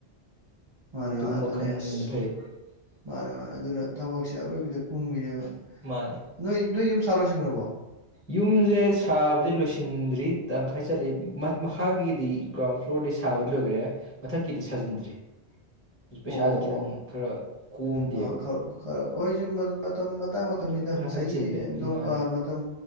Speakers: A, on the right; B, on the left.
A: ꯃꯥꯅꯦ
B: ꯑꯗꯨꯒꯨꯝꯕ
A: ꯃꯥꯅꯦ ꯑꯗꯨꯅꯦ
B: ꯈꯟꯕꯅ
A: ꯑꯁ
B: ꯐꯩ
A: ꯃꯥꯅꯦ ꯃꯥꯅꯦ ꯑꯗꯨꯅ ꯊꯕꯛꯁꯦ ꯑꯔꯣꯏꯕꯤꯗ ꯀꯨꯡꯃꯤꯅꯦꯕ
B: ꯃꯥꯅꯦ
A: ꯅꯣꯏ ꯅꯣꯏ ꯌꯨꯝ ꯁꯥ ꯂꯣꯏꯁꯟꯈ꯭ꯔꯕꯣ
B: ꯌꯨꯝꯁꯦ ꯁꯥꯕꯁꯦ ꯂꯣꯏꯁꯤꯟꯗ꯭ꯔꯤ ꯇꯪꯈꯥꯏ ꯆꯠꯂꯤ ꯃꯈꯥꯒꯤꯗꯤ ꯒ꯭ꯔꯥꯎꯟ ꯐ꯭ꯂꯣꯔꯗꯤ ꯁꯥꯕꯗꯤ ꯂꯣꯏꯈ꯭ꯔꯦ ꯃꯊꯛꯀꯤꯗꯤ ꯁꯥꯖꯤꯟꯗ꯭ꯔꯤ ꯄꯩꯁꯥꯥꯁꯦ
A: ꯑꯣ
B: ꯈꯤꯇꯪ ꯈꯔ ꯀꯣꯝꯗꯦꯕ
A: ꯑ ꯈꯔ ꯑꯣꯏꯁꯨ ꯃ ꯍꯇꯥꯡ ꯃꯇꯝꯅꯤꯗ
B: ꯑꯗꯨꯝ ꯄꯩꯁꯥ
A: ꯉꯁꯥꯏꯒꯤ
B: ꯈꯔ ꯆꯤꯜꯂꯦ ꯎꯝ
A: ꯅꯣꯡ
B: ꯃꯥꯅꯦ
A: ꯃꯇꯝ